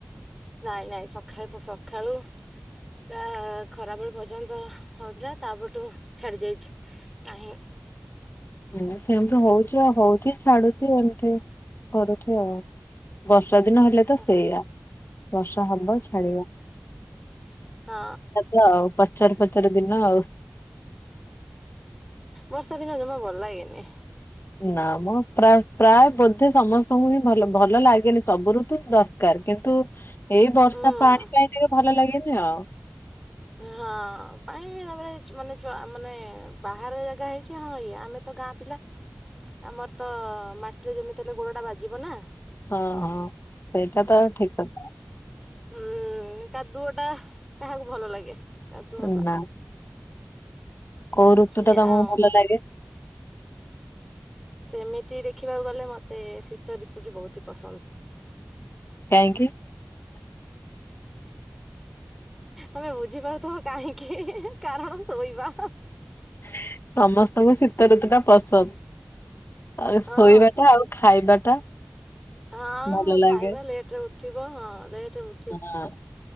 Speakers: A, in the centre; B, on the left (about 70°).
A: ନାଇଁ ନାଇଁ ସଖାଳେ ପ ସଖାଳୁ ପ୍ରା ଖରାବେଳ ପର୍ଯ୍ୟନ୍ତ ହଉଥିଲା ତାପରଠୁ ଛାଡି ଯାଇଛି। ନାହିଁ।
B: ହୁଁ ସେମିତ ହଉଚି ଆଉ ହଉଚି ଛାଡୁଚି ଏମ୍ତି କରୁଚି ଆଉ। ବର୍ଷା ଦିନ ହେଲେ ତ
A: ହଁ
B: ସେଇଆ ବର୍ଷା ହବ ଛାଡିବ।
A: ହଁ।
B: ଯାହଉ ପଚାର ପଚାର ଦିନ ଆଉ।
A: ବର୍ଷା ଦିନ ଜମା ଭଲ ଲାଗେନି।
B: ନା ମ ପ୍ରା ପ୍ରାୟ ବୋଧେ ସମସ୍ତଙ୍କୁ ହିଁ ଭଲ ଭଲ ଲାଗେନି ସବୁ ଋତୁ ଦରକାର୍ କିନ୍ତୁ ଏଇ ବର୍ଷା
A: ଉଁ
B: ପାଣି ପାଇଁ ଟିକେ ଭଲ ଲାଗେନି ଆଉ।
A: ହଁ ପାଇଁ ତାପରେ <unintelligible> ମ ମାନେ ବାହାର ଜାଗା ହେଇଛି ହଁ ଇଏ ଆମେ ତ ଗାଁ ପିଲା।
B: ହ
A: ଆମର ତ ମାଟିରେ ଯେମିତି ହେଲେ ଗୋଡଟା ବାଜିବ ନା।
B: ହଁ ହଁ ସେଇଟା ତ ଠିକ୍ କଥା।
A: ହୁଁ କାଦୁଅଟା କାହାକୁ ଭଲ ଲାଗେ କାଦୁଅ
B: କଥା
A: ହବା।
B: ନା କୋଉ ଋତୁ ଟା
A: ଏୟା
B: ତମକୁ
A: ଆଉ।
B: ଭଲ ଲାଗେ
A: ସେମିତି ଦେଖିବାକୁ ଗଲେ ମତେ ଶୀତ ଋତୁଟି ବହୁତ୍ ହି ପସନ୍ଦ।
B: କାହିଁକି?
A: ତମେ ବୁଝିପାରୁଥିବ କାହିଁକି କାରଣ ଶୋଇବା।
B: <unintelligible> ସମସ୍ତଙ୍କୁ ଶୀତ ଋତୁ ଟା ପସନ୍ଦ। ଆଉ
A: ହଁ
B: ଶୋଇବାଟା ଆଉ ଖାଇବାଟା।
A: ହଁ
B: ଭଲ
A: ହଁ ଖାଇବା
B: ଲାଗେ
A: ଲେଟ ରେ ଉଠିବ ହଁ ଲେଟ ରେ ଉ
B: <unintelligible>